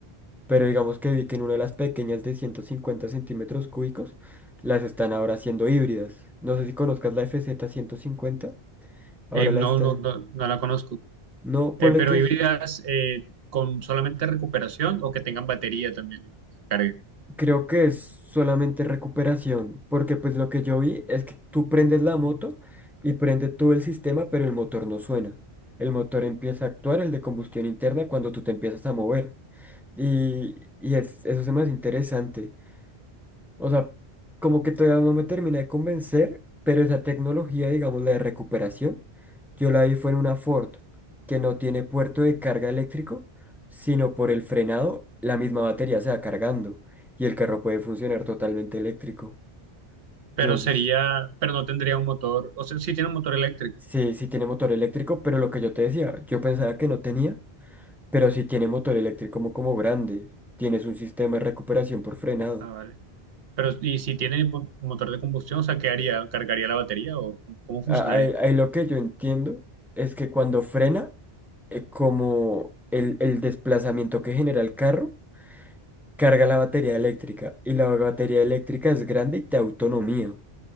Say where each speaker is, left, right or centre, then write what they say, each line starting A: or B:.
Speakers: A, in the centre; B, on the right (about 65°).
A: Pero digamos que vi que en una de las pequeñas de 150 centímetros cúbicos, las están ahora haciendo híbridas. No sé si conozcas la FZ cincuenta ahora
B: Eh, no,
A: la está.
B: no, no, no la conozco.
A: No,
B: Eh,
A: ponle
B: pero
A: que
B: híbridas
A: es.
B: eh, con solamente recuperación o que tengan batería también que cargue.
A: Creo que es solamente recuperación, porque pues lo que yo vi es que tú prendes la moto y prende todo el sistema, pero el motor no suena. El motor empieza a actuar, el de combustión interna, cuando tú te empiezas a mover. Y, y es- eso es más interesante. O sea, como que todavía no me termina de convencer, pero esa tecnología, digamos, la de recuperación, yo la vi fue en una Ford que no tiene puerto de carga eléctrico, sino por el frenado, la misma batería se va cargando y el carro puede funcionar totalmente eléctrico. Entonces,
B: Pero sería, pero no tendría un motor, o sea, sí tiene un motor eléctrico.
A: sí, sí tiene motor eléctrico, pero lo que yo te decía, yo pensaba que no tenía, pero sí tiene motor eléctrico como, como grande. Tienes un sistema de recuperación por frenado.
B: Ah, vale. Pero, ¿y si tiene po- motor de combustión, o sea, qué haría? ¿Cargaría la batería o cómo, cómo funcionaría?
A: a- Ahí, ahí lo que yo entiendo es que cuando frena, eh, como el, el desplazamiento que genera el carro, carga la batería eléctrica y la batería eléctrica es grande y te da autonomía.